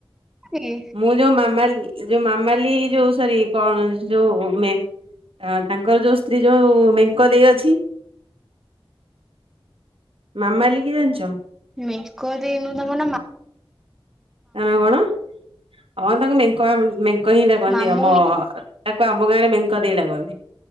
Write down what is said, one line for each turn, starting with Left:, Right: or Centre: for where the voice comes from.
Centre: କି?
Right: ମୁଁ ଯୋଉ ମାମାଲି ଏ ଯୋଉ ମାମାଲି ଯୋଉ ସରି କଣ ଯୋଉ ମେ ଅଁ ତାଙ୍କର ଯୋଉ ସ୍ତ୍ରୀ ଯୋଉ ମେଙ୍କ ଦେଇ ଅଛି। ମାମାଲି କିଏ ଜାଣିଚ।
Centre: ମେଙ୍କ ଦେଇ ଯୋଉ ତାଙ୍କ ନାଁ ମା
Right: ତା ନାଁ କଣ ହଁ ତାଙ୍କୁ ମେଙ୍କ ଆ ମେଙ୍କ ହିଁ ଡାକନ୍ତି
Centre: ମାମୁନି
Right: ଆମ ତାକୁ ଆମ ଗାଁରେ ମେଙ୍କ ଦେଇ ଡାକନ୍ତି